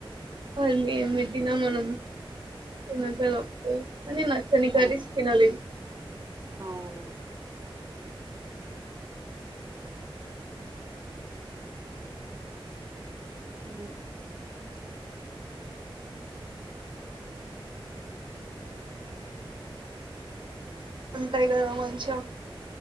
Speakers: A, on the right (about 60°); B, on the right (about 30°).
A: వాల్ ఏం పెట్టిన మనం తినగలం మ్మ్ నచ్చని కర్రీస్
B: అవు
A: తినలేం
B: అవును ఆ ఆహా
A: ఉంటాయి కదా మంచం